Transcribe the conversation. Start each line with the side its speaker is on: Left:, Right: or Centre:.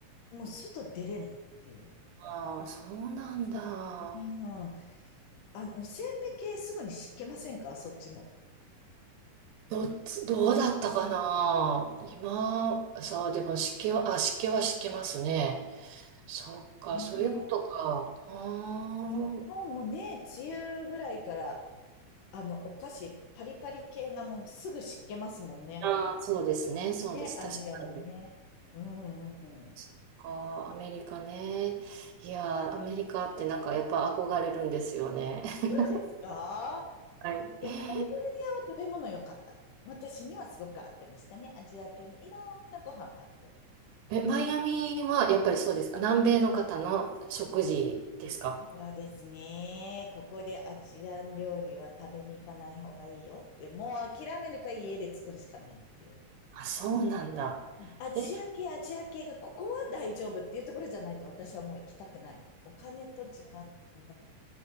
Left: もう外出れないっていう。
Right: ああ、そうなんだ。
Left: うん。あの、おせんべい系すぐに湿気ませんかそっちも。
Right: どっち、どうだったかな。今、さあ、でも湿気は、あ、湿気は湿気ますね。そっか、
Left: ねえ。
Right: そういうことか。
Left: うん
Right: あー
Left: 日本もね、梅雨ぐらいから、あの、お菓子、パリパリ系なものすぐ湿気ますもんね。
Right: あーそうですね、そうです。
Left: ね、アジアもね。
Right: 確かに。
Left: うんうんうん。
Right: そっか、アメリカね。いやー、アメリカってなんかやっぱ憧れるんですよね。<laughs>
Left: どうですか
Right: はい。
Left: いや、カリフォルニアは食べ物良かった。私にはすごく合ってましたね。アジア系のいろんなご飯があって。
Right: え、マイアミはやっぱりそうですか。南米の方の食事ですか。
Left: そうですね。ここでアジアン料理は食べに行かない方がいいよって、もう諦めるか家で作るしかないっていう。
Right: あ、そうなんだ。
Left: アジア系、
Right: え、うん
Left: アジア系がここは大丈夫っていうところじゃないと私はもう行きたくない。お金と時間だ。